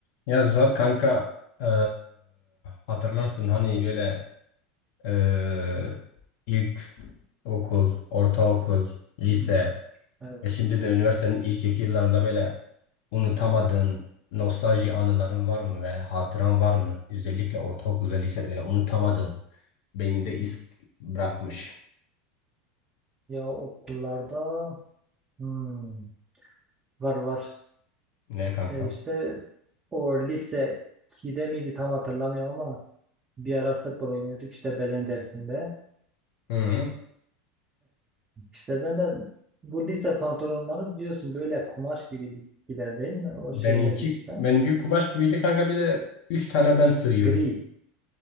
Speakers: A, on the left; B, on the right.
A: Ya Zuhat kanka eee, hatırlarsın hani böyle eee, ilk okul, ortaokul, lise
B: Hmm, Evet.
A: e şimdi de üniversitenin ilk iki yıllarında böyle unutamadığın nostalji anıların var mı ve hatıran var mı? Özellikle ortaokul ve lisede böyle unutamadığın beyninde iz bırakmış.
B: Ya okullarda hmm, var var.
A: Ne kanka?
B: E, işte o lise 2'de miydi tam hatırlamıyorum ama bir ara futbol oynuyorduk işte beden dersinde.
A: Hı hı.
B: İşte ben de bu lise pantolonları biliyorsun böyle kumaş gibiler değil mi? O
A: Benimki
B: şeyler işte.
A: benimki kumaş gibiydi kanka bir de üç tane ben sığıyordum.
B: Gri.